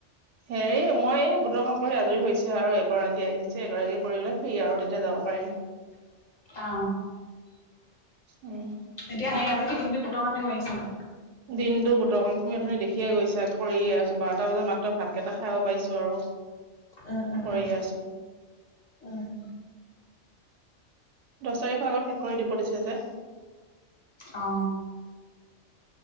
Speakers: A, on the right; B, on the left.
A: হেৰি মই গোটৰ কাম আজৰি হৈছে আৰু এগৰাকী আহিছে এগৰাকী কৰি ললে ফ্ৰি আৰু তেতিয়া যাব পাৰিম
B: অ
A: উম
B: এতিয়া সেই আজি কি দিনটো গোটৰ কামে কৰি আছা নি
A: দিনতো গোটৰ কাম তুমি অথনি দেখিয়ে গৈছা কৰিয়ে আছো বাৰটা বজাত মাত্ৰ ভাত কেইটা খাব পাৰিছো আৰু <unintelligible>
B: উম উম
A: কৰিয়ে আছো
B: উম
A: দছ তাৰিখৰ আগত শেষ কৰি দিব দিছে যে
B: অ